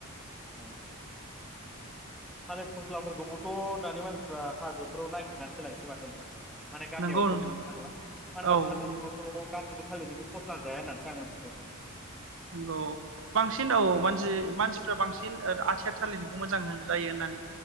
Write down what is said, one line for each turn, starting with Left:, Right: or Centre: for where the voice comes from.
Centre: नंगौ थालिर फस्लाफोरखौबोथ दानि मानसिफ्रा हाजोफोराव नागिरनानै सीलायसौ माथो नोंथां। माने गामियावथ
Right: नंगौ नोंथां
Centre: मोननो थांला मानो होनबा
Right: औ
Centre: थालिरखौथ
Right: नंगौ
Centre: गासिबो--। थाललिरनिखो फस्ला जाया होननानैसो आं मोन्थिगौ नींथां।
Right: नंगौ बांसिन औ मानसि-। मानसिफ्रा बांसिन ओद आथिया-। थालिरनिखौ मोजां जायो होननानै